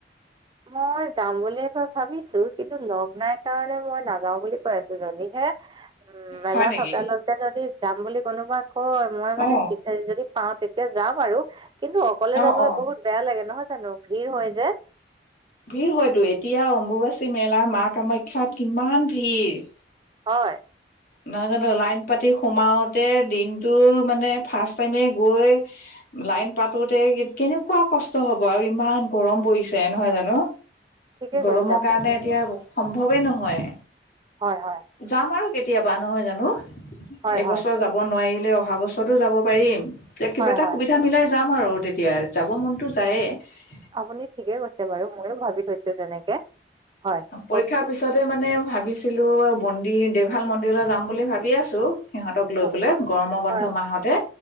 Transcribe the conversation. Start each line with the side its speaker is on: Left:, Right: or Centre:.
Right: মই যাম বুলি ভাবিছো, কিন্তু লগ নাই কাৰণে, মই নাযাও বুলি কৈ আছো। যদিহে উম, মেলা
Left: হয় নেকি
Right: থকালৈকে যদি যাম বুলি কোনোবা কয়, মই মানে
Left: অ
Right: যদি পাওঁ তেতিয়া যাম আৰু, কিন্তু অকলে
Left: অ
Right: যাবলৈ
Left: অ
Right: বহুত বেয়া লাগে নহয় জানো? ভিৰ হয় যে।
Left: ভিৰ হয়তো, এতিয়া অম্বুবাচী মেলাৰ মা, কামাখ্যাত কিমান ভিৰ।
Right: হয়।
Left: নাজানো, লাইন পাতি সোমাওতে দিনটো, মানে ফাৰ্ষ্ট টাইমে গৈ লাইন পাতোতে কেনেকুৱা কষ্ট হ'ব। আৰু ইমান গৰম পৰিছে নহয় জানো?
Right: ঠিকে
Left: গৰমৰ
Right: কৈছে আপুনি
Left: কাৰণে, এতিয়া সম্ভৱেই নহয়।
Right: হয়, হয়।
Left: যাম আৰু কেতিয়াবা, নহয় জানো?
Right: হয়
Left: এইবছৰ
Right: হয়
Left: যাব যাব নোৱাৰিলে, অহা বছৰতো যাব পাৰিম। কিবা
Right: হয়
Left: এটা
Right: হয়
Left: সুবিধা মিলাই যাম আৰু তেতিয় তেতিয়া, যাব মনতো যায়েই।
Right: আপুনি ঠিকে কৈছে বাৰু, ময়ো ভাবি তেনেকে। হয়,
Left: পৰীক্ষাৰ
Right: কওঁকচোন?
Left: পিছতে মানে ভাবিছিলো, মন্দিৰ দেওশাল মন্দিৰলৈ যাম বুলি ভাবি আছো। সিহঁতক
Right: অ
Left: লৈ পেলাই, গৰমৰ বন্ধ
Right: হয়
Left: মাহতে,